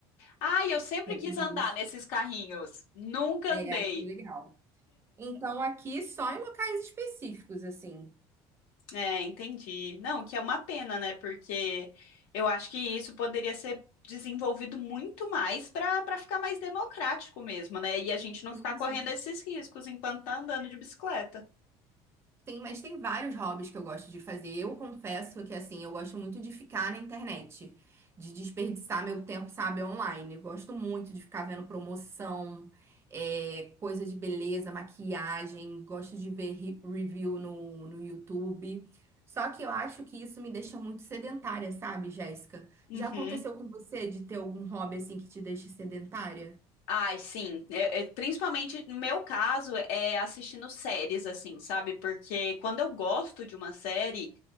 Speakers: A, on the left (about 80°); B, on the right (about 25°).
A: Ai, eu sempre
B: Vai
A: quis
B: com
A: andar
B: duas.
A: nesses carrinhos. Nunca
B: É,
A: andei.
B: aqui é legal. Então, aqui só em locais específicos, assim.
A: É, entendi. Não, o que é uma pena, né? Porque eu acho que isso poderia ser desenvolvido muito mais para para ficar mais democrático mesmo, né? E a gente não
B: Sim,
A: ficar correndo
B: sim.
A: esses riscos enquanto tá andando de bicicleta.
B: Tem, mas tem vários hobbies que eu gosto de fazer. Eu confesso que, assim, eu gosto muito de ficar na internet, de desperdiçar meu tempo, sabe, online. Eu gosto muito de ficar vendo promoção, é, coisa de beleza, maquiagem. Gosto de ver re- review no, no YouTube. Só que eu acho que isso me deixa muito sedentária, sabe, Jéssica?
A: Uhum.
B: Já aconteceu com você de ter algum hobby, assim, que te deixa sedentária?
A: Ai, sim. É- é- principalmente no meu caso, é assistindo séries, assim, sabe? Porque quando eu gosto de uma série,